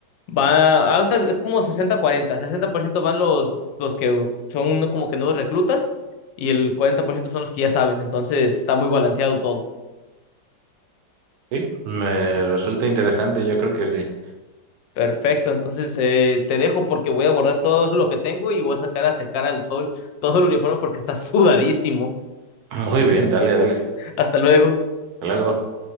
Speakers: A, on the left (about 75°); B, on the right (about 70°).
A: Va, haz de- es como sesenta cuarenta. sesenta por ciento van los, los que son como que nuevos reclutas y el 40% son los que ya saben. Entonces está muy balanceado todo.
B: Sí. Me resulta interesante, yo creo que sí.
A: Perfecto, entonces eh, te dejo porque voy a guardar todo lo que tengo y voy a sacar a secar al sol todo el uniforme porque está <laughs> sudadísimo.
B: Muy bien, dale, dale. Hasta
A: Hasta luego.
B: luego.